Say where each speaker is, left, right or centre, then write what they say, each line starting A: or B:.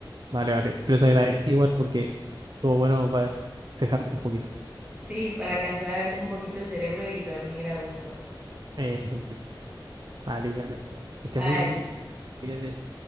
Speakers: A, on the right; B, on the right.
A: Vale, vale. Pero se agradece igual porque estuvo bueno para despejarme un poquito.
B: Sí, para cansar un poquito el cerebro y dormir a gusto.
A: Eh, eso sí. Vale, vale. Que esté
B: Bye.
A: muy bien. Cuídate.